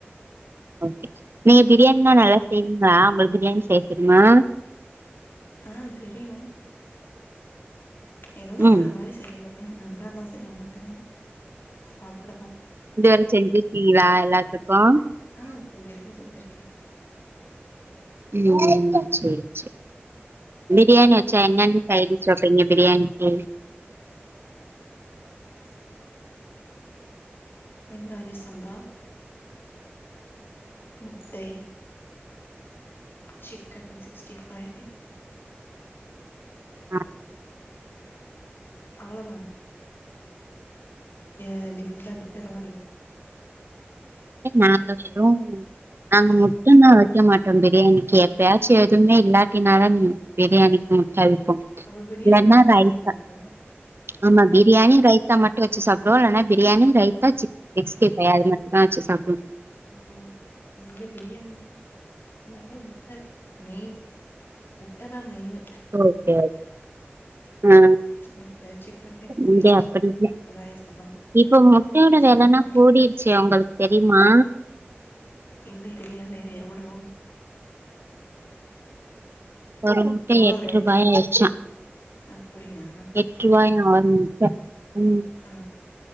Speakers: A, on the right; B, on the left.
A: ஓகே நீங்க பிரியாணில்லா நல்லா செய்வீங்களா உங்களுக்கு பிரியாணி செய்ய தெரியுமா
B: ஆ தெரியும் ஏதோ சாப்டறது
A: ம்
B: மாரி செய்வ நல்லால்லா செய்ய மாட்டே சாப்டலா
A: இதுவர செஞ்சிருக்கீங்களா எல்லாத்துக்கு
B: ஆ செஞ்சிருக்கே செஞ்சிருக்கே
A: ம் சரி சரி பிரியாணி வச்சா என்னென்ன சைடிஸ் வைப்பீங்க பிரியாணிக்கு
B: <inaudible> வெங்காய சம்பா முட்டை சிக்கன் சிக்ஸ்டி ஃபைவ்
A: ஆ
B: அவ்ளதா ஏ டிஃபண்ட <inaudible>
A: எ நாங்க வெறு நாங்க முட்டனா வைக்க மாட்டோ பிரியாணிகு எப்பயாச்சு எதுவுமே இல்லாட்டினால பிரியாணிக்கு முட்ட அவிப் போ
B: அப்ப பிரியாணி
A: இல்லட்னா
B: மட்டுமே
A: ரைத்தா
B: சாப்ட்ருவீங்களா
A: ஆமா பிரியாணி ரைத்தா மட்டு வச்சு சாப்டுவோ இல்லனா பிரியாணி ரைத்தா சிக் <inaudible> அது மட்டு அவிச்சு சாப்டுவோ
B: ஆ இங்க பிரியாணி இங்க முட்ட மெயின் முட்ட தா மெயின்
A: ஓகே ஓகே ஆ
B: முட்ட சிக்கன் சிக்ஸ்டி ஃபைவ்
A: இங்க அப்படிதா
B: வெங்காய சம்பா
A: இப்ப முட்டையோட
B: இது
A: விலன்னா
B: மூணு
A: கூடிருச்சே உங்களுக்கு தெரியுமா
B: இல்ல தெரியாதே எவளோ
A: ஒரு முட்ட
B: எவ்ளோ
A: எட்ரூபாய
B: ரேட்டு
A: ஆச்சா
B: அப்டியா
A: எட்ரூபாய ஒரு முட்ட ம்
B: ஆ